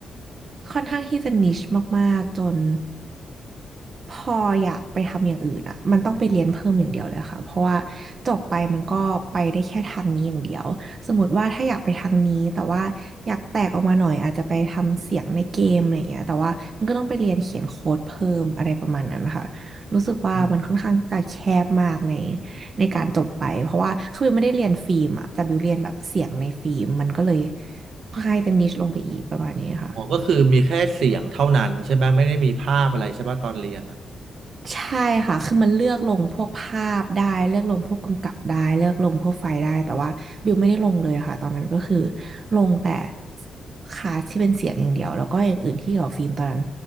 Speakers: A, on the right (about 45°); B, on the right (about 70°).
A: ค่อนข้างที่จะนิชมากๆจนพออยากไปทำอย่างอื่นอ่ะมันต้องไปเรียนเพิ่มอย่างเดียวเลยค่ะเพราะว่าจบไปมันก็ไปได้แค่ทางนี้อย่างเดียวสมมติว่าถ้าอยากไปทางนี้แต่ว่าอยากแตกออกมาหน่อยอาจจะไปทำเสียงในเกมอะไรอย่างเงี้ยแต่ว่ามันก็ต้องไปเรียนเขียนโค้ดเพิ่มอะไรประมาณนั้นค่ะ รู้สึกว่ามันค่อนข้างที่จะแคบมากใน
B: อืม
A: ในการจบไปเพราะว่าคือบิวไม่ได้เรียนฟิล์มอะแต่บิวเรียนแบบเสียงในฟิล์มมันก็เลยค่อนข้างจะนิชลงไปอีกประมาณนี้ค่ะ
B: อ๋อก็คือมีแค่เสียงเท่านั้นใช่ไหมไม่ได้มีภาพอะไรใช่ป่ะตอนเรียนอะ
A: ใช่ค่ะคือมันเลือกลงพวกภาพได้เลือกลงพวกกำกับได้เลือกลงพวกไฟล์ได้แต่ว่าบิวไม่ได้ลงเลยค่ะตอนนั้นก็คือลงแต่คลาสที่เป็นเสียงอย่างเดียวแล้วก็อย่างอื่นที่เกี่ยวกับฟิล์มตอนนั้น